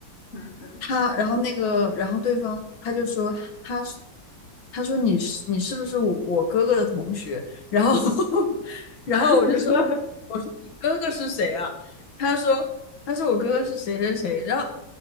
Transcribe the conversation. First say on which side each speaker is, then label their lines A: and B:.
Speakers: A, on the left (about 35°); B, on the left (about 80°).
A: 嗯哼，
B: 他，然后那个，然后对方他就说，他是他说你是你是不是我我哥哥的同学？然后 <laughs> 然后我就说，
A: <laughs>
B: 我说你哥哥是谁啊？他说。他说我哥哥是谁谁谁，然后